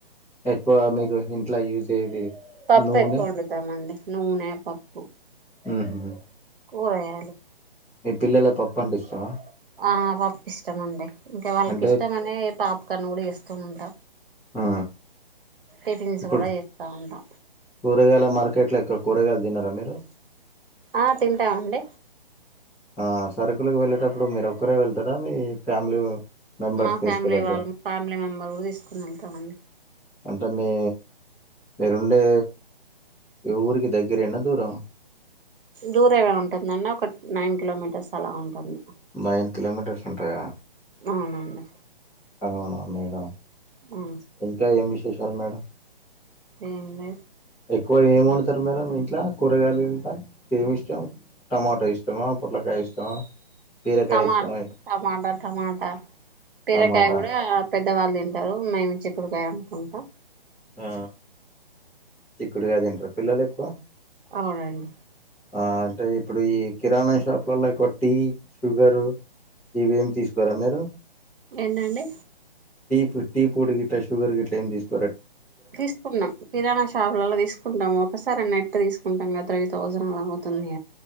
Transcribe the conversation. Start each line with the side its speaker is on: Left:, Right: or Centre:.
Centre: ఎక్కువ మీకు ఇంట్లో యూజ్ అయ్యేది
Right: పప్పు
Centre: నూనె
Right: ఎక్కువ వండుతామండి నూనె, పప్పు
Centre: మ్మ్ హ్మ్
Right: కూరగాయలు
Centre: మీ పిల్లలకు పప్పు అంటే ఇష్టామా
Right: ఆ పప్పు ఇష్టమండి ఇంకా వాళ్ళకి
Centre: అంటే
Right: ఇష్టం అనే పాప్కార్న్ కూడా చేస్తూ ఉంటా
Centre: ఆ
Right: టిఫిన్స్
Centre: ఇప్పుడు
Right: కూడా చేస్తా ఉంటా
Centre: కూరగాయల మార్కెట్లో ఎక్కువ కూరగాయలు తినరా మీరు
Right: ఆ తింటామండి
Centre: ఆ సరుకులకి వెళ్ళేటప్పుడు మీరు ఒక్కరే వెళ్తారా మీ ఫ్యామిలీ మెంబర్స్
Right: మా
Centre: తీసుకెళ్తారా
Right: ఫ్యామిలీ వాళ్ళ ఫ్యామిలీ మెంబర్ తీసుకుని వెళ్తామండి
Centre: అంటే మీ మీరుండే ఈఊరికి దగ్గరేనా దూరమా
Right: దూరమే ఉంటది <unintelligible> ఒక నైన్ కిలోమీటర్స్ అలా ఉంటది
Centre: నైన్ కిలోమీటర్స్ ఉంటాయా
Right: అవునండి
Centre: అవునా మేడం
Right: ఉమ్
Centre: ఇంకా ఏం విశేషాలు మేడం
Right: ఏంలే
Centre: ఎక్కువ ఏం వండుతారు మేడం మీ ఇంట్లో కూరగాయలు ఉంటే ఏమి ఇష్టం టమాటా ఇష్టమా పుట్లకాయ ఇష్టమా బీరకాయ
Right: టమా
Centre: ఇష్టమా
Right: టమాటా టమాటా బీరకాయ
Centre: టమాటా
Right: కూడా పెద్దవాళ్ళు ఇం ారు మేమి చిక్కుడుకాయ వండుకుంటాం
Centre: ఆ చిక్కుడుకాయ తింటారు పిల్లలుకు
Right: అవునండి
Centre: ఆ అంటే ఇప్పుడు ఈ కిరాణా షాపులలో ఎక్కువ టీ షుగరు ఇవేమి తీసుకోరా మీరు
Right: ఎందండి
Centre: టీ టీ పొడి గిట్లా షుగర్ గిట్లా ఏం దీసుకోరా
Right: తీసుకున్నాం కిరాణషాప్ నెల్ల తీసుకుంటాము ఒకసారి నెట్ తీసుకుంటాం త్రీ థౌసండ్లా అవుతుంది.